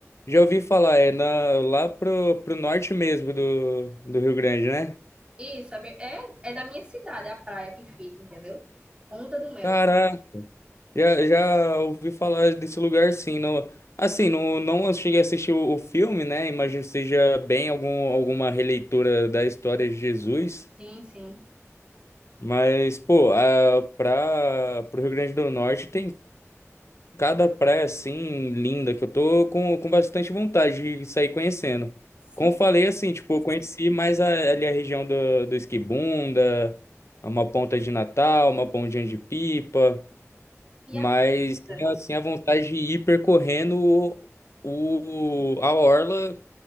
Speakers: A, on the left (about 60°); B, on the right (about 20°).
A: já ouvi falar, é na- lá pro, pro norte mesmo do, do Rio Grande, né?
B: Isso, é, bem- é é da minha cidade, é a praia que fica, entendeu? Ponta do Mel.
A: Caraca, já, já ouvi falar desse lugar sim. Não, assim, não, não cheguei a assistir o, o filme, né? Imagino que seja bem algum, alguma releitura da história de Jesus.
B: Sim, sim.
A: Mas, pô, para pra, pro Rio Grande do Norte tem Cada praia assim linda que eu tô com, com bastante vontade de sair conhecendo.
B: Sim,
A: Como eu falei assim, tipo, eu conheci mais a- ali a região do, do Esquibunda, uma ponta de Natal, uma pontinha de Pipa,
B: e
A: mas
B: a
A: tenho
B: canta.
A: assim a vontade de ir percorrendo o, o- a orla